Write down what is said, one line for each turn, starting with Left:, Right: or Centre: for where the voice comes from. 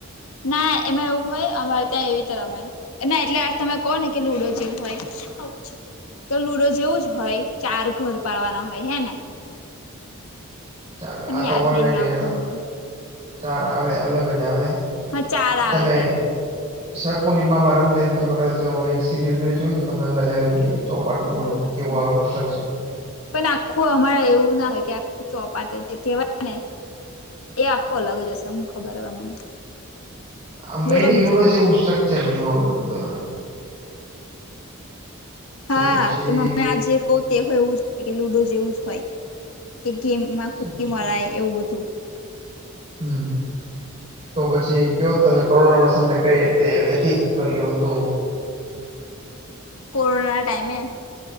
Left: ના એમાં એવું હોય અમારે ત્યાં એવી રીત રમે. ના એટલે આ તમે કહો ને કે લુડો જેવું હોય. આઉચ. તો લુડો જેવું જ હોય ચાર ઘર પાવાના હોય. હે ને?
Right: ચાર
Left: મને
Right: આ તો
Left: યાદ
Right: ઓલરેડી
Left: નહી આવતું
Right: અ
Left: હમણાં
Right: ચાર આવે અલગ જ આવે
Left: હા ચાર આવે
Right: તમે શકુનીમાંમાં રમતે <unintelligible> તમે સિરિયલ બિરિયમ જોવેન તો તમને અંદાજ આવી જાય કે ચોપાટનું
Left: કઈક જોયેલું
Right: ઓલું કેવું
Left: છે
Right: આવે કન્સ્ટ્રક્ચર.
Left: પણ આખું અમારે એવું ના હોય કે આ ચોપાટેથી કેવાય ને એ આખો અલગ જ હશે. હું ખબર હવે મને.
Right: આમ મેગીન
Left: બોલો બીજું
Right: લોચા
Left: તે
Right: જેવું સ્ટ્રકચર ને એવું આવે અ
Left: હા
Right: પછી
Left: તે મને આજે કોકે હોય એવું જ કે લુડો જેવું જ હોય કે, ગેમમાં
Right: સમજી
Left: કુ મરાય એવું બધું.
Right: હમ. તો પછી કયો તમે કોરોનાના સમયે કઈ રીતે વ્યતીત કર્યો હતો
Left: કોરોના ટાઈમે